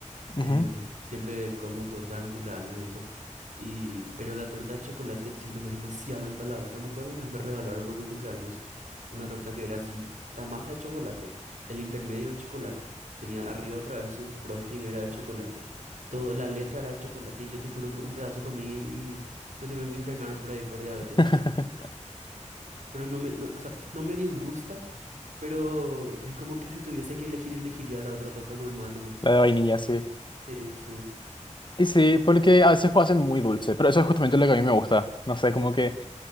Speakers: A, on the left (about 40°); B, on the right (about 75°).
A: Ujú.
B: Em, siempre como torta en los cumpleaños y eso. Y, pero la torta de chocolate siento que es demasiado empalagosa. Me acuerdo una vez me regalaron por mi cumpleaños una torta que era así, la masa de chocolate, el intermedio de chocolate. Tenía arriba otra vez su frosting era de chocolate. Todo, la letra era de chocolate y yo te juro que un pedazo comí y me tuvieron que internar por ahí por diabetes.
A: <laughs>
B: Pero no me, no, o sea, no me disgusta, pero es como que si tuviese que elegir, elegiría la otra torta normal nomás.
A: La de vainilla, sí.
B: Sí, sí.
A: Y sí, porque a veces lo hacen muy dulce, pero eso es justamente lo que a mí me gusta. No sé, como que